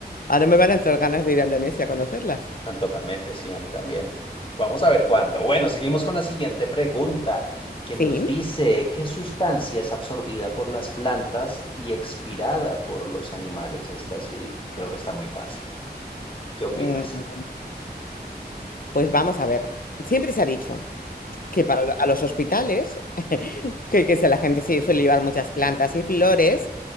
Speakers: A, on the left; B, on the left.
A: Ahora me van a entrar ganas de ir a Indonesia a conocerlas.
B: Ah, Totalmente, sí, a mí también. Vamos a ver cuándo. Bueno, seguimos con la siguiente pregunta, que
A: Sí.
B: nos dice, ¿qué sustancia es absorbida por las plantas y expirada por los animales? Esta sí, creo que está muy fácil. ¿Qué opinas?
A: Mm, Pues vamos a ver. Siempre se ha dicho. que para lo- a los hospitales, <laughs> que, que si la gente se suele llevar muchas plantas y flores,